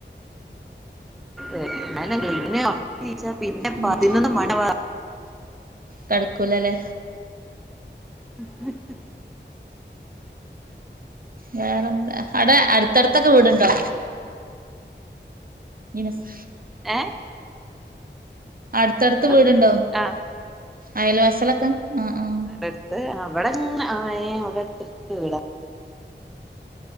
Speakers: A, in the centre; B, on the right.
A: ഏഹ് അയന്നെ <unintelligible> ങ്ങീച്ചാ പിന്നെ
B: ഉം
A: പതിനൊന്ന് മണി ആവും ആ
B: കെട്ക്കൂലല്ലേ
A: <unintelligible>
B: വേറെന്താ അവിടെ അടുത്തടുത്തൊക്കെ വീടുണ്ടോ ഇനസ്
A: ഏഹ്
B: അടുത്തടുത്ത്
A: ഇവിടെണ്ട്
B: വീടുണ്ടോ
A: ആഹ്
B: അയൽവാസിയാളൊക്കെ ഉം ഉം
A: വ്ടെട്ത്ത് അഹ് വടെങ്ങ ആഹ് ഏഹ് ഇവടടുത്തട്ത്ത് വീടാ